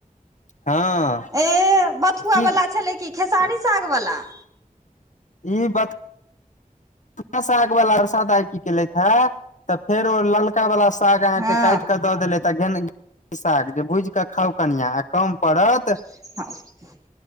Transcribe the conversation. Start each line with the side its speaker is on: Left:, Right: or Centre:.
Left: हँ
Right: ए बथुआ
Left: की
Right: वला छलै कि खेसारी साग बला
Left: ई बात थूआ साग वाललासाद की केलथि हे तऽ फेर ओ ललक
Right: हँ
Left: काट कऽ दऽ देलक है जे भुज के खाउ कनिया आ कम पड़त
Right: <inaudible>